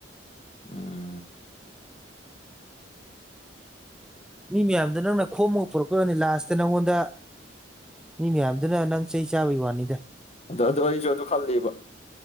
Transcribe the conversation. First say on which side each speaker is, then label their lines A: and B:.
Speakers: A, on the left; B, in the centre.
A: ꯎꯝ
B: ꯃꯤ ꯃꯌꯥꯝꯗꯣ ꯅꯪꯅ ꯈꯣꯝꯃꯒ ꯄꯨꯔꯛꯀꯕꯅꯤ ꯂꯥꯁꯇ ꯅꯪꯉꯣꯟꯗ ꯃꯤ ꯃꯌꯥꯝꯗꯨꯅ ꯅꯪ ꯆꯩ ꯆꯥꯕꯒꯤ ꯋꯥꯅꯤꯗ
A: ꯑꯗꯣ ꯑꯗꯣ ꯑꯩꯁꯨ ꯑꯗꯨ ꯈꯜꯂꯤꯕ